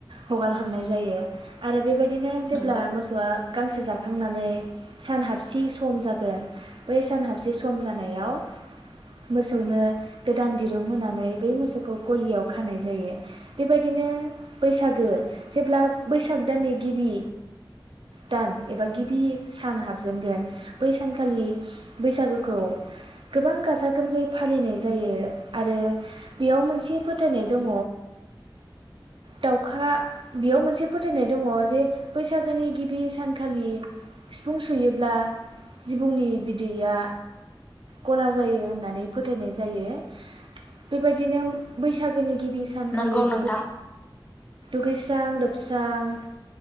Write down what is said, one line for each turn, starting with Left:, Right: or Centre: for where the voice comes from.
Right: हगार हरनाय जायो। आरो बेबायदिनो जेब्ला
Left: नंगौ
Right: मोसौआ गांसो जाखांनानै सानहाबसि सम जागोन बै सान हाबसि सम जानायाव मोसौनो गोदान दिरुं होनानै बै मोसौखौ गलियाव खानाय जायो। बेबायदिनो बैसागो जेब्ला बैसागो दाननि गिबि दान एबा गिबि सान हाबजेनगोन बै सान खालि बैसागुखौ गोबां गाजा गोमजायै फालिनाय जायो आरो बेयाव मोनसे फोथायनाय दङ दाउखा बेयाव मोनसे फोथायनाय दङ जे बैसागुनि गिबि सानखालि सिफुं सुयोब्ला जिबौनि बिदैया गला जायो होननानै फोथायनाय जायो बेबायदिनो बैसागुनि गि बे सानखालि
Left: नंगौ नोंथां
Right: दु <inaudible> लोबस्रां लोबस्रां